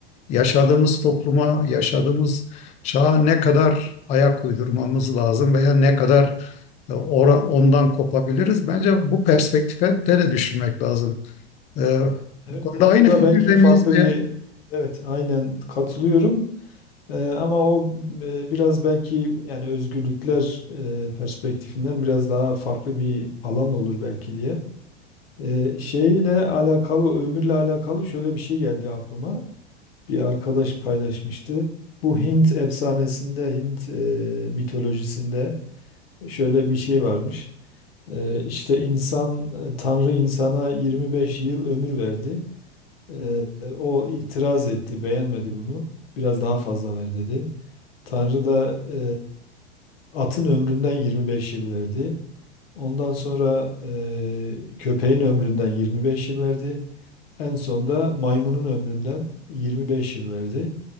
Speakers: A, on the left (about 25°); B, on the left (about 65°).
A: Yaşadığımız topluma, yaşadığımız çağa ne kadar ayak uydurmamız lazım veya ne kadar e, ora- ondan kopabiliriz? Bence bu perspektife de, de düşünmek lazım. E,
B: Evet,
A: bu konuda aynı
B: bu da
A: fikirde
B: belki farklı
A: miyiz? Ve
B: bir evet aynen katılıyorum. E, ama o e, biraz belki yani özgürlükler e, perspektifinden biraz daha farklı bir alan olur belki diye. Ee, şeyle alakalı, ömürle alakalı şöyle bir şey geldi aklıma. Bir arkadaş paylaşmıştı. Bu Hint efsanesinde, Hint e, mitolojisinde şöyle bir şey varmış. Ee, işte insan, e, Tanrı insana 25 yıl ömür verdi. Ee, o itiraz etti, beğenmedi bunu. Biraz daha fazla ver dedi. Tanrı da e, atın ömründen 25 yıl verdi. Ondan sonra e, köpeğin ömründen 25 yıl verdi. En son da maymunun ömründen 25 yıl verdi.